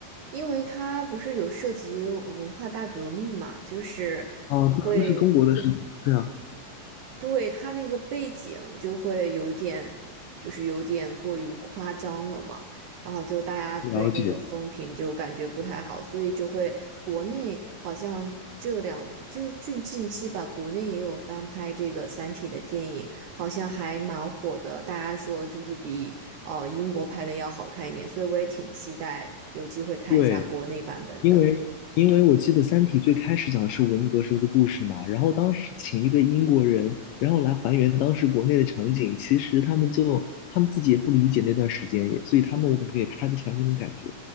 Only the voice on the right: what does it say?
因为它不是有涉及文化大革命嘛，就是会
对，他那个背景就会有点，就是有点过于夸张了嘛，然后就大家对这个风评就感觉不太好，
所以就会国内好像这两就是近近期吧，国内也有翻拍这个《三体》的电影，好像还蛮火的，大家说就是比呃英国拍的要好看一点，所以我也挺期待有机会看一下国内版本的。